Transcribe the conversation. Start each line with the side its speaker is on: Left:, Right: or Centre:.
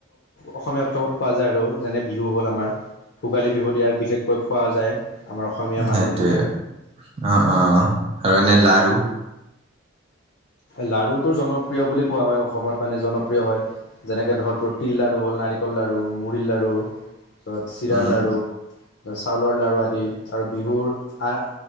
Left: অসমীয়া উৎসৱত খোৱা যায়। আৰু যেনে বিহু হ'ল আমাৰ ভোগালী বিহুত ইয়াক বিশেষকৈ খোৱা যায়। আমাৰ অসমীয়া মানুহখিনিয়ে
Right: সেইটোৱে আহ আহ আৰু এনে লাৰু।
Left: লাৰুটো জনপ্ৰিয় বুলি কোৱা হয়। অসমত মানে জনপ্ৰিয় হয়। যেনেক ধৰ তিল লাড়ু হ'ল নাৰিকল লাড়ু। মুড়িৰ লাড়ু তাৰপিছত চিৰা
Right: উম,
Left: লাড়ু চাউলৰ লাড়ু আদি। আৰু বিহুৰ আ